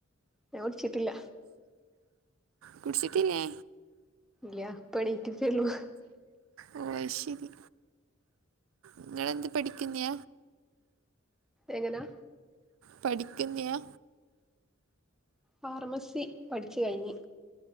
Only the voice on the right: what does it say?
കുടിച്ചിട്ടില്ലെ?
ഓഹ് അയ്ശരി നിങ്ങളെന്ത് പഠിക്കുന്നെ
പഠിക്കുന്നയാ